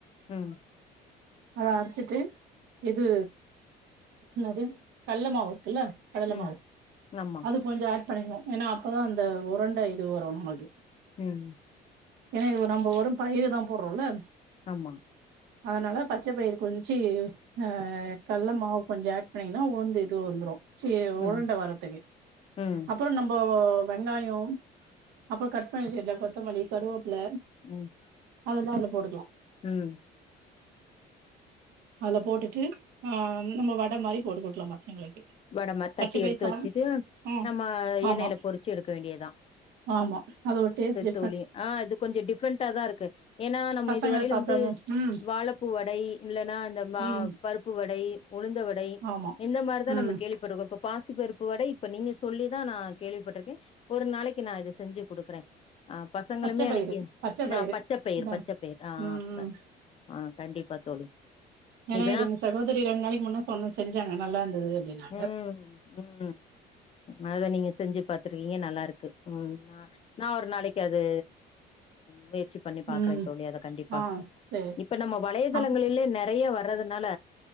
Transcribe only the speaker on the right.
அத அரைச்சிட்டு இது என்னது கல்ல மாவு இருக்குல்ல கடலை மாவு
அது கொஞ்ச ஆட் பண்ணிக்கணு ஏன்னா அப்போதா அந்த உரண்ட இது வரு நம்மளுக்கு
ஏன்னா இது நம்ம வெறு பயிரு தா போடுறோல்ல
அதனால பச்சை பயிர் கொஞ்சி ஆ கல்ல மாவு கொஞ்சோ ஆட் பண்ணீங்கன்னா உளுந்து இது வந்துரு சே
உருண்ட வரத்துக்கு
அ அப்புறோ நம்ப வெங்காயோம் அப்புற கட் பண்ணி வச்சுருக்க கொத்தமல்லி கருவேப்பில
அதெல்லா அதுல போட்டுக்கலா
அதில போட்டுட்டு ஆ நம்ம வடை மாரி போட்டு கொடுக்கலா பசங்களுக்கு
பச்ச பயிர்
சாதோ
ம்
ஆமா
ஆமா அது ஒரு டேஸ்ட்டு
பசங்க
சாப்டாம
ம்
ம்
ஆமா
ம்
பச்ச பயிறு
பச்ச பயிறு
இந்தா
ம்
ம்
ஏன்னா
இது இந்த சகோதரி ரெண்டு நாளைக்கு முன்னா சொன்ன செஞ்சாங்க நல்லா இருந்தது அப்டின்னாங்க
ம்
ஆ சேரி
அப்